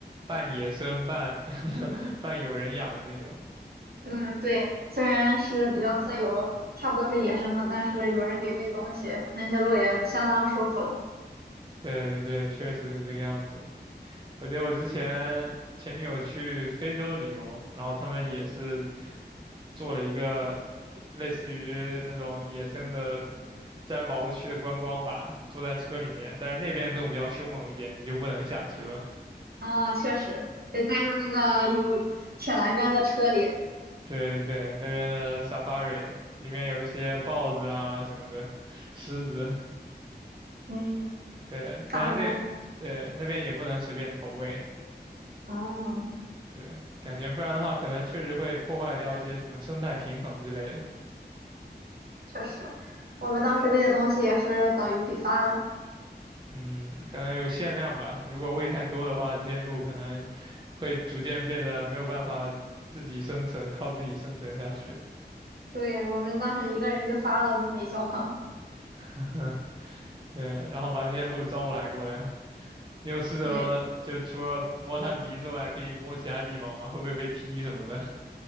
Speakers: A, on the right; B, on the right.
A: 半野生半 <laughs> 半有人养的那种。
B: 嗯，对，虽然是比较自由，差不多是野生的，但是有人给喂东西，那些鹿也相当舒服了。
A: 对对对，确实是这个样子。我记得我之前前女友去非洲旅游，然后他们也是做了一个类似于那种野生的自然保护区的观光吧，坐在车里面，但是那边的动物比较凶猛一点，你就不能下车。
B: 啊，确实，得待在那个有铁栏杆的车里。
A: <laughs> 对对，那边的 safari 里面有一些豹子啊什么的，狮子，
B: 嗯，
A: 对，
B: 大猫，
A: 但是那对那边也不能随便投喂，
B: 嗯，
A: 对，感觉不然的话，可能确实会破坏掉一些什么生态平衡之类的。
B: 确实，我们当时喂的东西也是导游给发的。
A: 嗯，可能有限量吧，如果喂太多的话，这些鹿可能会逐渐变得没有办法自己生存，靠自己生存下去。
B: 对，我们当时一个人就发了那么一小捧。
A: <laughs> 对，然后把那些鹿招来过来。你有试着就除了摸它鼻子外，
B: 对，
A: 可以摸其他地方吗？会不会被踢什么的？